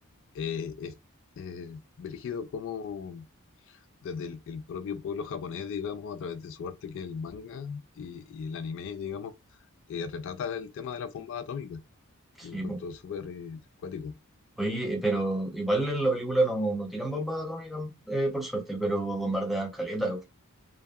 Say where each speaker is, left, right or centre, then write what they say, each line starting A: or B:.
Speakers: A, on the left; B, in the centre.
A: eh, es eh, dirigido como desde el, el propio pueblo japonés, digamos, a través de su arte que es el manga y, y el anime, digamos, eh, retrata el tema de la bomba atómica.
B: sí,
A: Lo encuentro
B: po.
A: súper eh, cuático.
B: Oye, eh, pero igual en la película no, no tiran bombas atómicas, eh, por suerte, pero bombardean caleta.